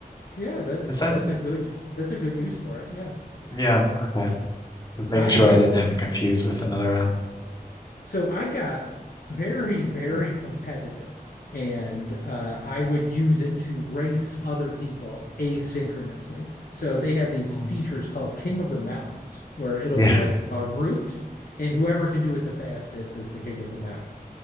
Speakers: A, on the left; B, on the left.
A: yeah, that's
B: Is that?
A: that's a good that's a good use for it. Yeah.
B: Yeah, okay. Just making
A: I
B: sure I didn't have it confused with another app.
A: So I got very, very competitive, and uh, I would use it to race other people asynchronously. So they have these
B: Mm.
A: features called King of the Mountains, where it'll
B: Yeah,
A: be like a route, and whoever can do it the fastest is the King of the Mountain.